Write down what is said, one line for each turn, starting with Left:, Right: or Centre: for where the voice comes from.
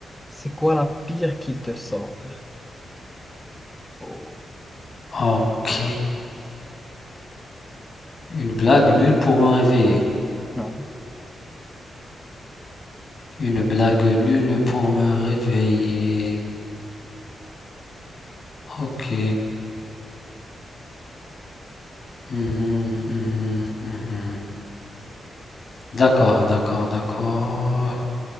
Centre: c'est quoi la pire qu'il te sort? Oh.
Left: Ok. Une blague nulle pour me réveiller.
Centre: <laughs> Ouais.
Left: Une blague nulle pour me réveiller. Ok. Mhm, mhm, mhm. D'accord, d'accord, d'accord.